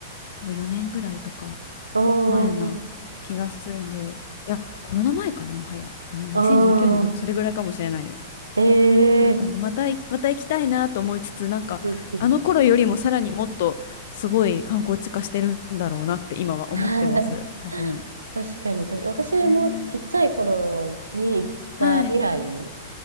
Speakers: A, on the left; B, on the right.
A: 多分4年ぐらいとか
B: おー、
A: 前な気がするんで、いや、コロナ前かな、もはや。うん、2019年とかそれぐらいかもしれないです。
B: あー、ええー。
A: だったんで、またい、また行きたいなと思いつつ、なんか、
B: うんうん
A: あの頃よりもさらにもっとすごい観光地化してるんだろうなって今は思ってます、
B: <laughs>
A: 多分。
B: 確かに、確かに私もちっちゃい頃に行った以来、
A: ねえはい。